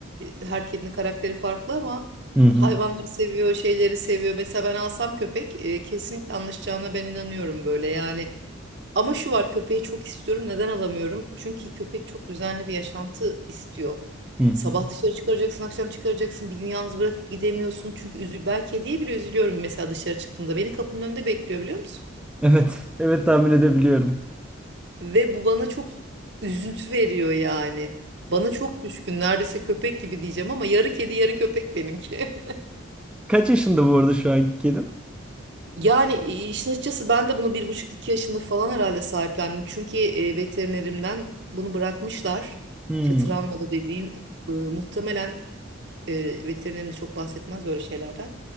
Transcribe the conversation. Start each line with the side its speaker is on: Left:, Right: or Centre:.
Right: e, her kedinin karakteri farklı ama
Centre: Hı hı.
Right: hayvanları seviyor, şeyleri seviyor. Mesela ben alsam köpek e, kesinlikle anlaşacağına ben inanıyorum böyle yani. Ama şu var köpeği çok istiyorum. Neden alamıyorum? Çünkü köpek çok düzenli bir yaşantı istiyor.
Centre: Hı hı.
Right: Sabah dışarı çıkaracaksın, akşam çıkaracaksın. Bir gün yalnız bırakıp gidemiyorsun. Çünkü üzü ben kediye bile üzülüyorum mesela dışarı çıktığımda. Beni kapının önünde bekliyor biliyor musun?
Centre: Evet. Evet tahmin edebiliyorum.
Right: Ve bu bana çok üzüntü veriyor yani. Bana çok düşkün, neredeyse köpek gibi diyeceğim ama yarı kedi yarı köpek benimki. <laughs>
Centre: Kaç yaşında bu arada şu anki kedin?
Right: Yani e, işin açıkçası ben de bunu bir buçuk iki yaşında falan herhalde sahiplendim. Çünkü e, veterinerimden bunu bırakmışlar.
Centre: Hmm.
Right: İşte travmalı dediğin e, muhtemelen e, veterinerin de çok bahsetmez böyle şeylerden.